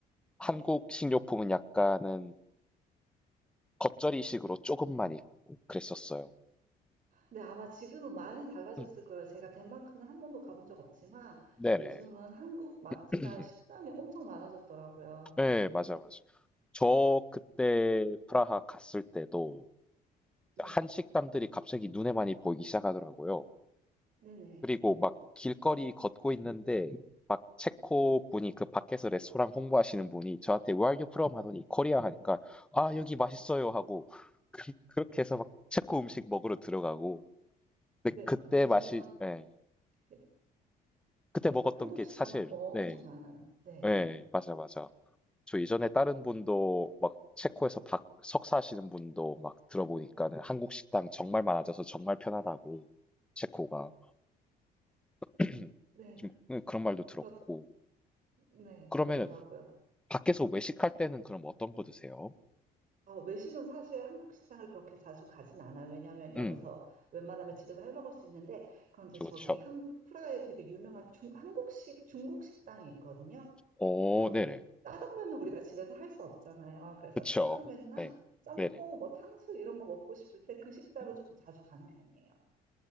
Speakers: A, in the centre; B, on the right.
A: 한국
B: 네.
A: 식료품은 약간은 겉절이식으로 조금만 있고 그랬었어요.
B: 네, 아마 지금은 많이 달라졌을
A: 음,
B: 거예요. 제가 덴마크는 한 번도 가본 적 없지만
A: 네네.
B: 요즘은 한국 마트나
A: <clears throat>
B: 식당이 엄청 많아졌더라고요.
A: 네, 맞아, 맞아. 저 그때 프라하 갔을 때도
B: 네.
A: 한식당들이 갑자기 눈에 많이 보이기 시작하더라고요.
B: 네네.
A: 그리고 막 길거리 걷고 있는데 막 체코 분이 그 밖에서 레스토랑 홍보하시는 분이 저한테 Where are you from? 하더니 코리아 하니까 아 여기 맛있어요 하고 <laughs> 그, 그렇게 해서 막 체코 음식 먹으러 들어가고 근데
B: 네.
A: 그때
B: 요즘은
A: 맛이 예
B: 네,
A: 그때
B: 네.
A: 먹었던
B: 한국
A: 게
B: 식당
A: 사실
B: 엄청
A: 네
B: 많아요. 네.
A: 예 맞아 맞아 저 이전에 다른 분도 막 체코에서 박 석사하시는 분도 막 들어보니까는 한국 식당 정말 많아져서 정말 편하다고 체코가 <clears throat>
B: 네.
A: 좀 음, 그런 말도 들었고
B: 그렇, 네.
A: 그러면
B: 그렇더라고요.
A: 밖에서 외식할 때는 그럼 어떤 거 드세요?
B: 어, 외식은 사실 한국 식당을 그렇게 자주 가진 않아요. 왜냐하면 여기서
A: 음.
B: 웬만하면 집에서 해 먹을 수 있는데 그런데
A: 그쵸,
B: 저기
A: 그쵸.
B: 한 프라하에 되게 유명한 중, 한국식 중국 식당이 있거든요.
A: 어
B: 거기
A: 네네.
B: 짜장면은 우리가 집에서 할 수 없잖아요. 그래서
A: 그쵸.
B: 짜장면이나
A: 네.
B: 짬뽕,
A: 네네.
B: 뭐 탕수 이런 거 먹고 싶을 때 그 식당을
A: 음.
B: 조금 자주 가는 편이에요.